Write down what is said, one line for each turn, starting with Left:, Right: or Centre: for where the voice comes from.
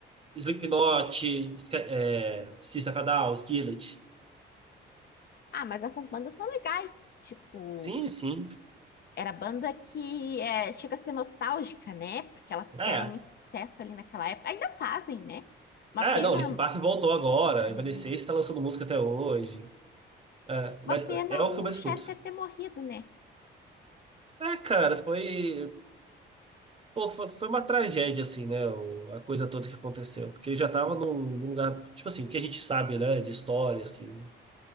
Right: Slipknot, Sky- é, System of a Down, Skillet.
Left: Ah, mas essas bandas são legais. Tipo,
Right: Sim, sim.
Left: era banda que é, chega a ser nostálgica, né? Porque elas fizeram
Right: É.
Left: muito sucesso ali naquela época. Ainda fazem, né? Uma
Right: É,
Left: pena.
Right: não, Linkin Park voltou agora.
Left: é,
Right: Evanescence tá lançando música até hoje. É, mas
Left: Uma pena
Right: é o
Left: o
Right: que eu mais
Left: Chester
Right: escuto.
Left: ter morrido, né?
Right: É, cara, foi, pô, foi, foi uma tragédia, assim, né? o- a coisa toda que aconteceu. Porque já tava num, num lugar, tipo assim, o que a gente sabe, né? De histórias que